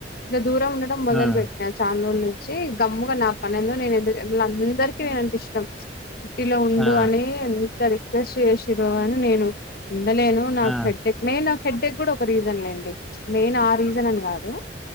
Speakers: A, on the left; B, in the centre.
A: ఇంక దూరం ఉండడం మొదల్
B: హ్మ్.
A: బెట్
B: హ్మ్.
A: నా చాన రోజుల నుంచి గమ్ముగా నా పని ఎందో నేను ఏందో వీళ్లందరికీ నేను ఇష్టం ప్చ్ కిట్టీలో ఉండు
B: ఆ!
A: అని ఎంత రిక్వెస్ట్ చేసిర్రో కాని నేను ఉండలేను నాకు
B: ఆ! ఆ!
A: హెడ్డెక్ మెయిన్ నాకు హెడ్డెక్ కూడా ఒక రీజన్ లేండి మెయిన్ ఆ రీజన్ అని కాదు